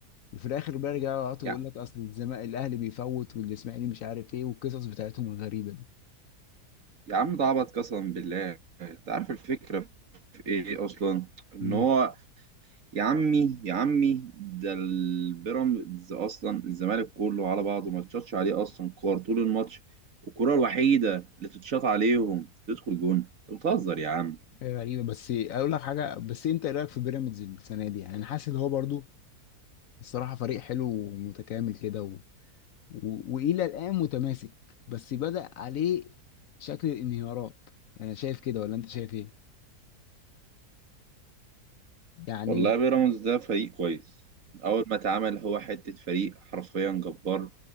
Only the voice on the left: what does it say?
وفي الاخر بقى رجعوا يقعدوا
يقول لك اصل الزمالك الاهلي بيفوت والاسماعيلي مش عارف ايه والقصص بتاعتهم الغريبه
دي
غريبة بس اقول لك حاجة بس انت ايه رأيك في بيراميدز السنة دي يعني انا حاسس ان هو برضو الصراحة فريق حلو ومتكامل كده و... و... والى الآن متماسك بس بدأ عليه شكل الانهيارات انا شايف كده ولا انت شايف ايه يعني